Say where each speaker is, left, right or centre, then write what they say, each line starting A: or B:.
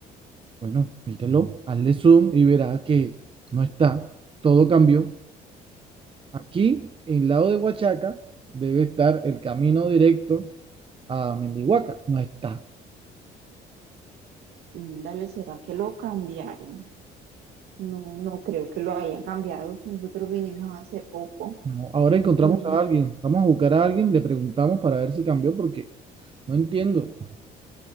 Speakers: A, on the right (about 30°); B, on the right (about 75°).
A: Bueno, míralo, hazle zoom y verá que no está, todo cambió. Aquí, en el lado de Huachaca, debe estar el camino directo a Mendihuaca, no está.
B: Mm, Dale, ¿será que lo cambiaron? No, no creo que lo hayan cambiado si nosotros vinimos hace poco.
A: No, ahora encontramos
B: Mm,
A: a alguien, vamos a buscar a alguien, le preguntamos para ver si cambió, porque no entiendo.